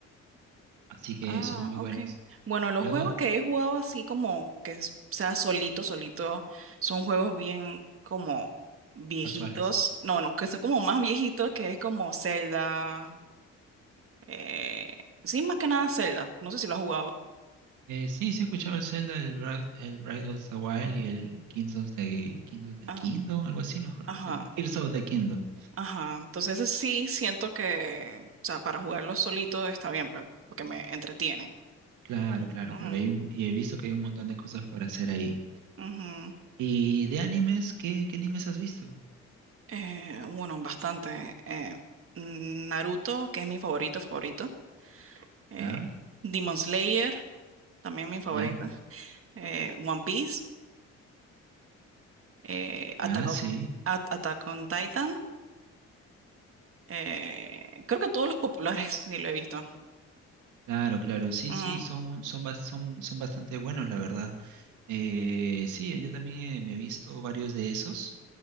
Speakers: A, on the right; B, on the right.
A: así que
B: Ah,
A: son muy
B: ok.
A: buenos.
B: Bueno, los
A: Luego,
B: juegos que he jugado así como que s- sea solito, solito, son juegos bien como viejitos.
A: casuales.
B: No, no, que son como más viejitos, que es como Zelda. Eh, sí, más que nada Zelda. No sé si lo has jugado.
A: Eh, sí, sí he escuchado el Zelda, el, Bra- el Breath of the Wild y el Kings of the, Kings of the
B: Ah,
A: Kingdom, algo así, no me acuerdo
B: ajá,
A: cómo se llama. Tears of the Kingdom.
B: ajá. Entonces ese sí siento que, o sea, para jugarlo solito está bien, pues, porque me entretiene.
A: Claro, claro,
B: Ujú,
A: claro. Hay un- y he visto que hay un montón de cosas por hacer ahí.
B: ujú.
A: ¿Y de animes? ¿Qué, qué animes has visto?
B: Eh, bueno, bastante. Eh, Naruto, que es mi favorito, favorito. eh,
A: Ya,
B: Demon Slayer, también mi favorita,
A: ya,
B: eh, One Piece, eh,
A: ya,
B: Attack
A: sí.
B: of- A- Attack on Titan, eh, creo que todos los populares <laughs> sí lo he visto.
A: Claro, claro, sí,
B: Ujú,
A: sí, son, son, bas- son, son bastante buenos, la verdad. Eh, sí, yo también eh, me he visto varios de esos.